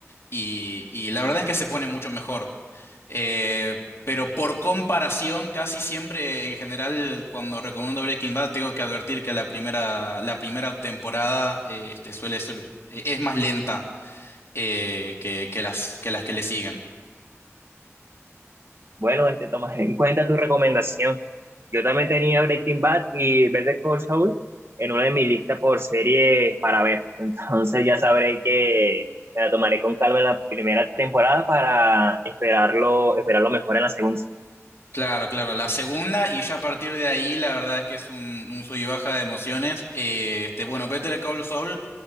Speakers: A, on the left; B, on the right.
A: y, y la verdad es que se pone mucho mejor. Eh, pero por comparación, casi siempre en general, cuando recomiendo Breaking Bad, tengo que advertir que la primera, la primera temporada eh, este, suele ser, eh, es más lenta eh, que, que las, que las que le siguen.
B: Bueno, este, tomaré <laughs> en cuenta tu recomendación. Yo también tenía Breaking Bad y Better Call Saul en una de mis listas por series para ver. <laughs> Entonces ya sabré que me la tomaré con calma en la primera temporada para esperarlo, esperarlo mejor en la segunda.
A: Claro, claro, la segunda y ya a partir de ahí la verdad es que es un, un sub y baja de emociones. Eh, este, bueno, Better Call Saul